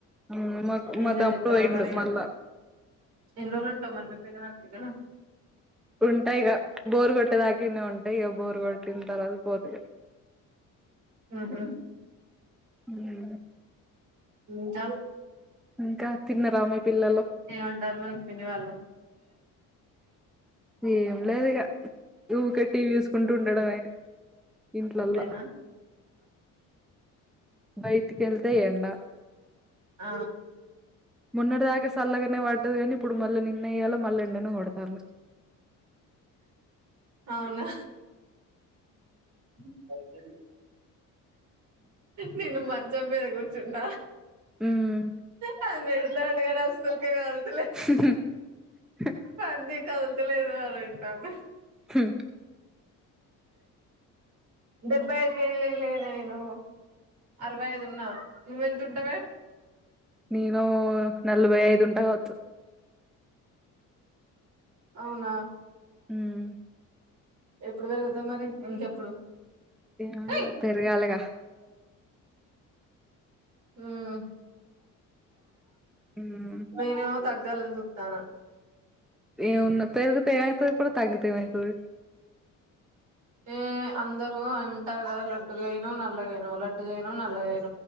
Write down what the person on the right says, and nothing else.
ఎంజాయ్
చెత్తన్నావా
మరి ఇగ
ఎన్ని రోజుల్ ఉంటవ్ మరి మీ పిన్నివాళ్ళింటి కాడ
మ్ హ్
ఉంట
ఏవంటారు మేడం పెళ్లి వాళ్ళు
అంతేనా
ఆ
అవునా <unintelligible> నేను మంచం మీద కుచున్న
నన్ను తిడుతడు కదా అసలుకే కద
పంది కదులుతలేదు గదా అని అంటది
డెబ్బై ఐదు కేజీలి లే నేను అరవై ఐదు ఉన్న నువ్వెంత ఉంటవే
అవునా
ఎప్పుడు పెరుగుతవ్ మరి ఇంకెప్పుడు
ఏయ్
హ్మ్
నేనేమో తగ తగ్గాలని చూస్తాన్న
ఏ అందరూ ఏమంటారు గదా లడ్డుగైనావ్ నల్లగైనావ్ లడ్డుగైనావ్ నల్లగైనావ్